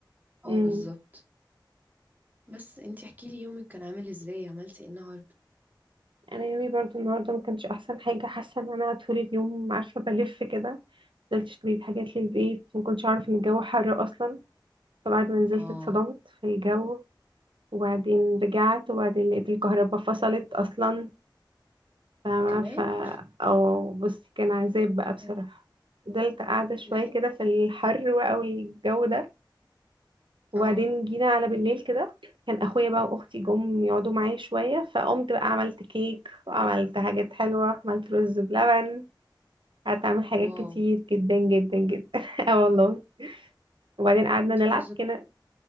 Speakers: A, on the right (about 80°); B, on the right (about 20°).
A: امم
B: اه بالظبط بس انتي احكي لي يومك كان عامل ازاي عملتي ايه النهارده
A: انا يومي برضو النهارده ما كانش احسن حاجه حاسه ان انا طول اليوم عارفه بلف كده نزلت اشتريت حاجات للبيت ما كنتش اعرف ان الجو حر اصلا فبعد ما نزلت
B: اه
A: اتصدمت في الجو وبعدين رجعت وبعدين لقيت الكهرباء فصلت اصلا فما
B: كمان
A: ف او بص كان عذاب بقى بصراحه
B: <laughs>
A: فضلت قاعده شويه
B: لا انت
A: كده في الحر بقى والجو ده وبعدين
B: اه
A: جينا على بالليل كده كان اخويا بقى واختي جم يقعدوا معايا شويه فقمت بقى عملت كيك وعملت حاجات حلوه عملت رز بلبن قعدت اعمل حاجات
B: واو
A: كتير جدا جدا جدا <laughs> اه والله وبعدين قعدنا
B: بموت
A: نلعب
B: في الرز
A: كده